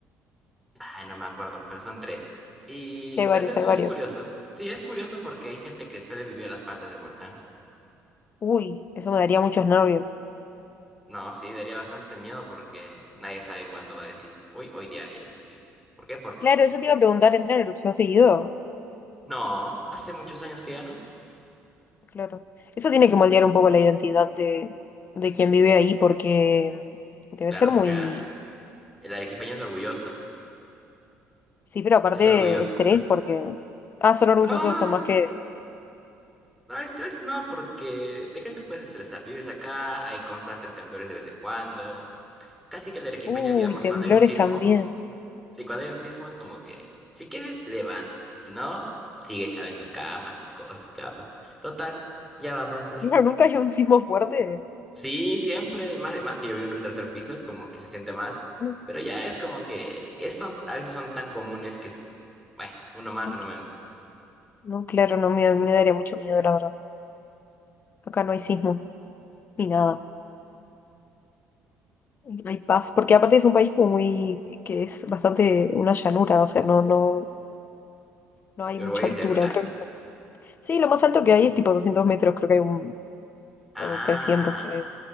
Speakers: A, in the centre; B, on the left.
A: Ay, no me acuerdo, pero son tres. Y
B: Sí, hay varios,
A: ¿sabes qué? Es
B: hay
A: es
B: varios.
A: curioso. Sí, es curioso porque hay gente que suele vivir a las faldas del volcán.
B: Uy, eso me daría muchos nervios.
A: No, sí, daría bastante miedo porque nadie sabe cuándo va a decir, uy, hoy día erupción. ¿Por qué? Porque
B: Claro,
A: sí.
B: eso te iba a preguntar, ¿entra en erupción seguido?
A: No, hace muchos años que ya no.
B: Claro. Eso tiene que moldear un poco la identidad de, de quien vive ahí porque debe
A: Claro,
B: ser muy...
A: porque ah, el arequipeño es orgulloso.
B: Sí, pero aparte
A: Es orgulloso.
B: estrés porque... Ah, son orgullosos,
A: No,
B: son más que...
A: no, estrés no, porque ¿de qué te puedes estresar? Vives acá, hay constantes temblores de vez en cuando. Casi que el arequipeño,
B: Uy,
A: digamos,
B: temblores
A: cuando hay un sismo,
B: también.
A: sí, cuando hay un sismo es como que, si quieres, levanta. Si no, sigue echado en tu cama, haz tus cosas, capas. Total, ya va a pasar.
B: <laughs> No, nunca hay un sismo fuerte.
A: Sí, siempre, más, más que yo vivo en un tercer piso, es como que se siente más.
B: No,
A: Pero ya es como que es, son, a veces son tan comunes que es como, bueno, uno más,
B: hay
A: uno
B: que-
A: menos.
B: no, claro, no me, me daría mucho miedo, la verdad. Acá no hay sismo, ni nada. Hay paz, porque aparte es un país como muy, que es bastante una llanura, o sea, no, no, no hay
A: ¿Uruguay
B: mucha altura,
A: es llanura?
B: creo que no. Sí, lo más alto que hay es tipo 200 metros, creo que hay un,
A: Ah,
B: o trescientos que,